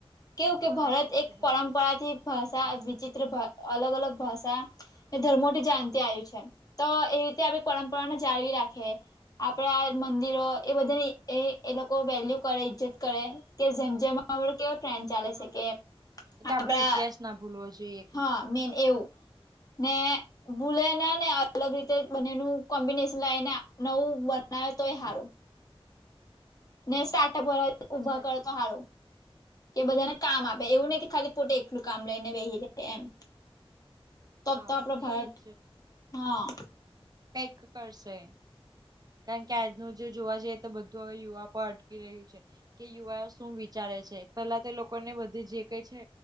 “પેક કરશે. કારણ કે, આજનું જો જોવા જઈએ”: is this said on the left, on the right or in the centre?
Right